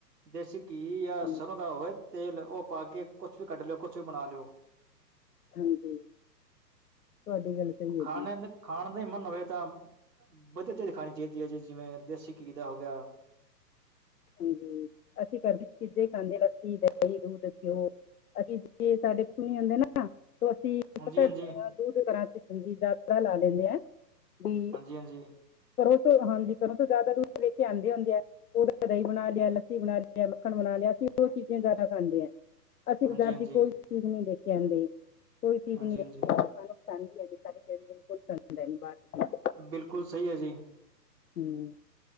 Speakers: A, on the right; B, on the left.
A: ਦੇਸੀ ਘੀ ਯਾ
B: ਹਾਂਜੀ
A: ਸਰ੍ਹੋਂ ਦਾ ਹੋਵੇ ਤੇਲ, ਉਹ ਪਾ ਕੇ ਕੁਛ ਵੀ ਕੱਢ ਲਓ, ਕੁਛ ਵੀ ਬਣਾ ਲਓ।
B: ਹਾਂਜੀ, ਤੁਆਡੀ ਗੱਲ ਸਈ
A: ਖਾਣੇ
B: ਹੈ ਜੀ।
A: ਖਾਣ ਦਾ ਈ ਮਨ ਹੋਵੇ ਤਾਂ, ਬਦੀਆ ਚੀਜ਼ ਖਾਣੀ ਚਾਹੀਦੀ ਹੈ ਜੀ, ਜਿਵੇਂ ਦੇਸੀ ਘੀ ਦਾ ਹੋ ਗਿਆ
B: ਹਾਂਜੀ, ਅਸੀਂ ਕਰ ਦੀਆਂ ਚੀਜਾਂ ਈ ਖਾਂਦੇ, ਲੱਸੀ, ਦਈ, ਦੂਧ, ਘਿਓ। ਅਸੀਂ ਜੇ ਸਾਡੇ ਕੁਛਣੀ ਹੁੰਂਦੇ ਨਾ, ਤੇ ਅਸੀਂ
A: ਹਾਂਜੀ
B: ਪਤਾ
A: ਹਾਂਜੀ
B: ਏ ਅਹ ਦੂੱਧ ਕਰਾਂ, ਚਜੀ ਜਾਤਰਾ ਲਾ ਲੈਂਦੇ ਆ, ਵੀ
A: ਹਾਂਜੀ ਹਾਂਜੀ
B: ਘਰੋਂ ਤੋਂ ਹਾਂਜੀ, ਘਰੋਂ ਤੋਂ ਜਆਦਾ ਦੁੱਧ ਲੈ ਕੇ ਆਂਦੇ ਹੁੰਦੇ ਐ। ਕ ਦਈ ਬਣਾ ਲਿਆ, ਲੱਸੀ ਬਣਾ ਲਿਆ, ਮੱਖਣ ਬਣਾ ਲਿਆ, ਅਸੀਂ ਔ ਚੀਜ਼ਾਂ ਜ਼ਆਦਾ ਖਾਂਦੇ ਆਂ। ਅਸੀਂ
A: ਹਾਂਜੀ
B: ਬਜ਼ਾਰ
A: ਹਾਂਜੀ
B: ਦੀ ਕੋਈ ਚੀਜ਼ ਨੀ ਦੇਖ ਕੇ ਆਂਦੇ, ਕੋਈ ਚੀਜ਼
A: ਹਾਂਜੀ
B: ਨੀ <unintelligible>
A: ਹਾਂਜੀ
B: ਤੰਜੀ ਅਜ ਤਾਰੇਨ ਕੋਲ ਸ ਬਾਰ ਜੀ।
A: ਬਿਲਕੁਲ ਸਈ ਹੈ ਜੀ।
B: ਹੂੰ